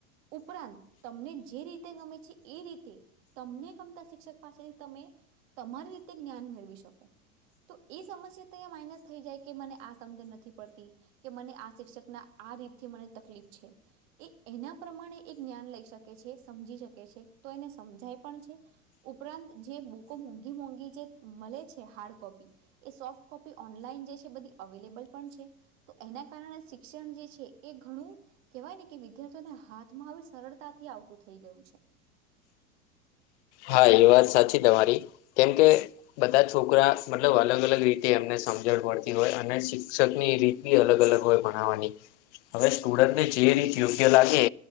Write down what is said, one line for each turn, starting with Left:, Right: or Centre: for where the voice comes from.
Right: ઉપરાંત તમને જે રીતે ગમે છે. એ રીતે તમને ગમતા શિક્ષક પાસે તમે તમારી રીતે જ્ઞાન મેળવી શકો તો એ સમસ્યા તો માઇનસ થઈ જાય કે મને આ સમજ નથી પડતી કે મને આ શિક્ષક ના આ રીત થી મને તકલીફ છે એ એના પ્રમાણે એ જ્ઞાન લઈ શકે છે સમજી શકે છે તો એને સમજાય પણ છે ઉપરાંત જે બુકો મોંઘી મોંઘી જે મળે છે હાર્ડ કોપી એ સોફ્ટ કોપી ઓનલાઈન જે છે બધી અવેલેબલ પણ છે. તો એના કારણે શિક્ષણ જે છે એ ઘણું કેવાય ને કે વિદ્યાર્થીઓને હાથમાં હવે સરળતાથી આવતું થઈ ગયું છે
Left: હા એ વાત સાચી તમારી કેમ કે... બધા છોકરા મતલબ અલગ અલગ રીતે એમને સમજણ પડતી હોય અને શિક્ષક ની રીત અલગ અલગ હોય ભણવાની. હવે સ્ટુડન્ટને જે રીત યોગ્ય લાગે